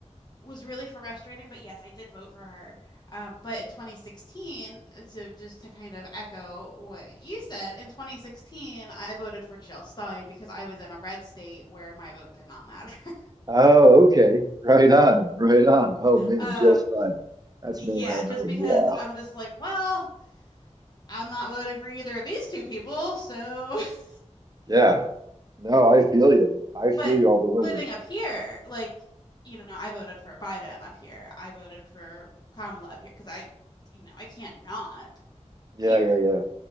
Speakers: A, on the left; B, on the right.
A: was really frustrating. But yes, I did vote for her. Um, but in 2016, so just to kind of echo what you said, in 2016, I voted for Jill Stein because I was in a red state where my vote did not matter. <laughs>
B: Oh, okay. Right on. Right on. Oh man,
A: Um,
B: Jill Stein. That's
A: Yeah,
B: a name I haven't
A: just
B: heard
A: because
B: in a while.
A: I'm just like, well, I'm not voting for either of these two people, so. <laughs>
B: Yeah. No, I feel you. I feel
A: But
B: you all the way.
A: living up here, like, you know, I voted for Biden up here. I voted for Kamala up here because I, you know, I can't not
B: Yeah,
A: here.
B: yeah, yeah.